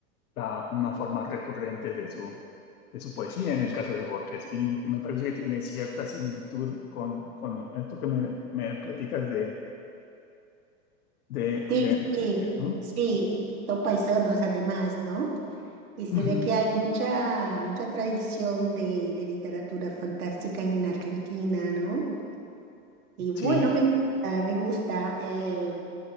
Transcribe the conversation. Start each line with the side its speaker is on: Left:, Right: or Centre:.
Left: la- una forma recurrente de su, de su poesía en el caso de Borges. Y me parece que tiene cierta similitud con, con esto que me, me platicas de de,
Right: Sí,
Left: de Enríquez,
Right: sí,
Left: ¿no?
Right: sí, son paisanos además, ¿no? Y se
Left: Ujú.
Right: ve que hay mucha, mucha tradición de, de literatura fantástica en Argentina, ¿no? Y bueno,
Left: Sí,
Right: me gusta, me gusta. eh,